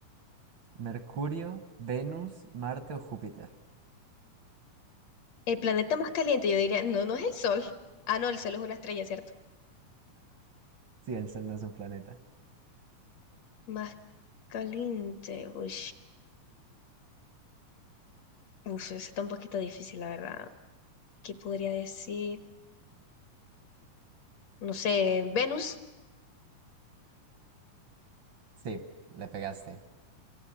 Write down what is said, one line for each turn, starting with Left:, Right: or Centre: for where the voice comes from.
Right: ¿Mercurio, Venus, Marte o Júpiter?
Left: El planeta más caliente, yo diría, no, no es el Sol. Ah, no, el Sol es una estrella, ¿cierto?
Right: Sí, el Sol no es un planeta.
Left: Más caliente, uy. Uf, eso está un poquito difícil, la verdad. ¿Qué podría decir? No sé, Venus.
Right: Sí, le pegaste.